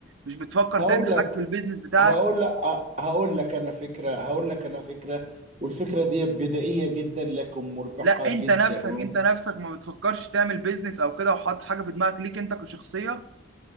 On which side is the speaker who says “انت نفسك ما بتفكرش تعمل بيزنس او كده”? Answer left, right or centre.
Right